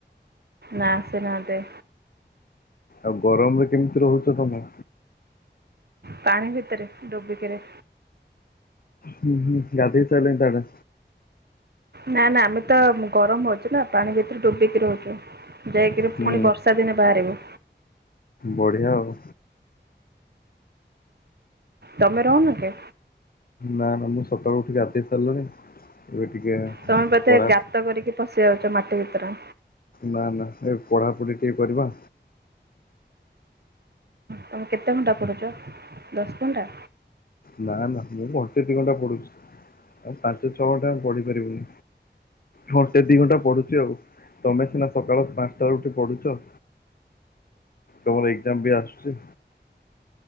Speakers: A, on the right; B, on the left.
A: ନା ଆସିନାହାଁନ୍ତି।
B: ଆଉ ଗରମରେ କେମିତି ରହୁଚ ତମେ?
A: ପାଣି ଭିତରେ ଡୁବିକିରି।
B: ହୁଁ ହୁଁ ଗାଧୋଇ ସାରିଲେଣି ତାହାଲେ?
A: ନା ନା ଆମେତ ଗରମ ହଉଚିନା ପାଣି ଭିତରେ ଡୁବିକି ରହୁଛୁ। ଯାଇକିରି
B: ହୁଁ
A: ପୁଣି ବର୍ଷା ଦିନେ ବାହାରିବୁ।
B: ବଢିଆ ଆଉ।
A: ତୋମେ ରହୁନ କି।
B: ନା ନା ମୁଁ ସକାଳୁ ଉଠିକି ଗାଧେଇ ସାରିଲିଣିି, ଏବେ ଟିକେ
A: ତୋମେ ବୋଧେ
B: ପଢା
A: ଗାତ କରିକି ପଶି ଯାଉଛ ମାଟି ଭିତରେ।
B: ନା ନା ଏ ପଢାପଢି ଟିକେ କରିବା।
A: ତୋମେ କେତେ ଘଣ୍ଟା ପଢୁଛ? ଦଶ ଘଣ୍ଟା?
B: ନା ନା ମୁଁ ଘଣ୍ଟେ ଦି ଘଣ୍ଟା ପଢୁଛି। ଆଉ ପାଞ୍ଚ ଛଅ ଘଣ୍ଟା ପଢି ପାରିବୁନି। ଘଣ୍ଟେ ଦି ଘଣ୍ଟା ପଢୁଛି ଆଉ। ତୋମେ ସିନା ସକାଳ ପାନ୍ସଟା ରୁ ଉଠି ପଢୁଛ। ତୋମର ଏକ୍ଜାମ୍ ବି ଆସୁଛି।